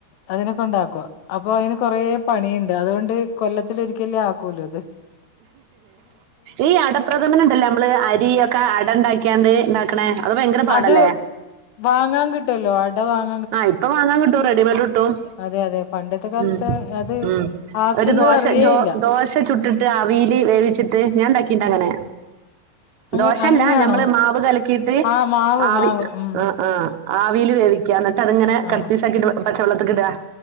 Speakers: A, on the left; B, on the right.
A: അതിനൊക്കെ ഉണ്ടാക്കും അപ്പൊ അതിന് കൊറെ പണിയുണ്ട് അതുകൊണ്ട്, കൊല്ലത്തി ഒരിക്കലേ ആക്കൂലോത്,
B: ഈ അടപ്രഥമന ഉണ്ടല്ലേ നമ്മള് അരിയൊക്കെ അട ഉണ്ടാക്കിയാണ്ട്, ണെ, അത് ഭയങ്കര പാടല്ലേ?
A: അത് വാങ്ങാൻ കിട്ടല്ലോ, അട വാങ്ങ
B: ആഹ് ഇപ്പൊ വാങ്ങാൻ കിട്ടും, റെഡിമെയഡ് കിട്ടും
A: അതെ അതെ പണ്ടത്തെ കാലത്ത്
B: ഉം
A: അത്
B: ഉം
A: ആക്കുന്നത്
B: ഒരു ദോശ
A: അറിയേയില്ല
B: ദോശ ചുട്ടിട്ട് അവീൽ വേവിച്ചിട്ട് ഞാൻ ഉണ്ടാക്കിണ്ട് അങ്ങനെ,
A: അങ്ങ
B: ദോഷല്ല
A: അങ്ങനെയാണോ
B: ഞമ്മള് മാവ് കലക്കിയിട്ട്
A: ആ മാവ്
B: ആവി
A: മാവ് ഉം
B: ആ ആഹ് ആവിൽ വേവിക്ക എന്നിട്ട് അത്ങ്ങനെ കട്
A: ആ
B: പീസ് ആക്കിട്ട് പച്ചവെള്ളത്തില് ഇടാ,